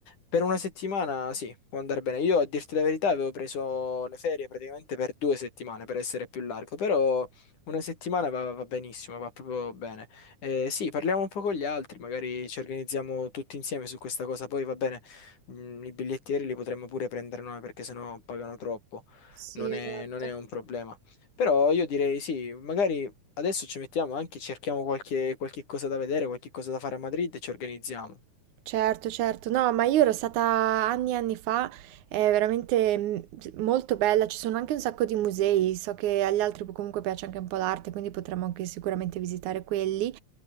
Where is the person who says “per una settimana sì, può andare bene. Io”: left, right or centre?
Left